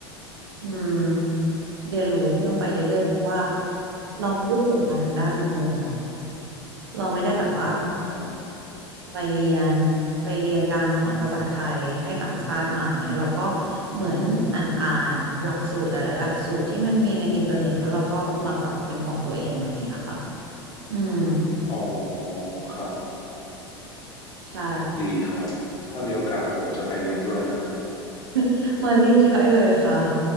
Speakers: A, on the right (about 65°); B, on the left (about 25°).
A: ๆอืมเรียนรู้เพิ่มไปเรื่อยๆเพราะว่าเราไม่ได้จบมาทางด้านนี้เลยอะเนาะเราไม่ได้แบบว่า
B: อ๋อครับ
A: ไปเรียนไปเรียนการสอนภาษาไทยให้ต่างชาติมาอย่างเงี้ยเราก็เหมือนอ่านอ่านหลักสูตรหลายๆหลักสูตรที่มันมีในอินเทอร์เน็ตแล้วเราก็มาปรับเป็นของตัวเองอะไรอย่างเงี้ยค่ะอืม
B: อ๋อครับ
A: ใช่
B: ดีครับถ้ามีโอกาสผมจะไปเรียนด้วยนะครับ
A: <laughs> มาเรียนได้เลยค่ะ